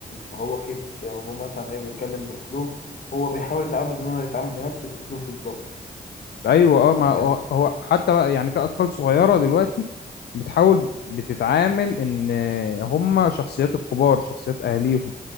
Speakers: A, on the left (about 55°); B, on the left (about 75°).
A: فهو كده يعني ابوه مثلا ايه بيتكلم باسلوب هو بيحاول يتعامل ان هو يتعامل بنفس الاسلوب بالظبط
B: ايوه
A: انت
B: اه ما
A: فاهم
B: هو هو حتى بقى يعني في اطفال صغيره دلوقتي بتحاول بتتعامل ان هم شخصيات الكبار شخصيات اهاليهم